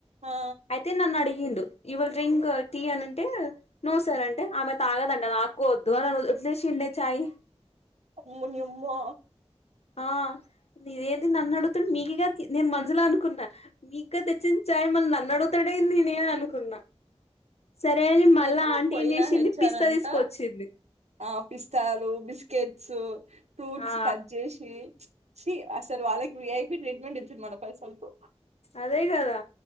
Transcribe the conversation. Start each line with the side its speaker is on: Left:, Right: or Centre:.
Right: ఆ
Left: అయితే నన్నడిగి ండు యు విల్ డ్రింక్ టీ అని అంటే నువ్వు సార్ అంటే ఆమె తాగదంట నాకు వద్దు అనన్ ఇసీరేషిండే చాయ్
Right: అమ్మునియమ్మో
Left: ఆ నేదేంది నన్నడుగుతుండు నీకిగాతి నేన్ మన్సులో అనుకున్నా, మీకుగా తెచ్చిన చాయ్ మల్ నన్నడుగుతాడేంది నే అనుకున్నా. సరే అని మళ్ళా
Right: నేను
Left: ఆంటీ
Right: పోయినా
Left: ఏం చేసింది
Right: హెచ్చారంట.
Left: పిస్తా తీసుకొచ్చింది
Right: ఆ పిస్తాలు, బిస్కెట్స్, ఫ్రూట్స్
Left: ఆ
Right: కట్ జెసి. చి అసలు వాళ్ళకి వీఐపీ ట్రీట్మెంట్ ఇచ్చిర్రు మన పైసల్తో.
Left: అదే కదా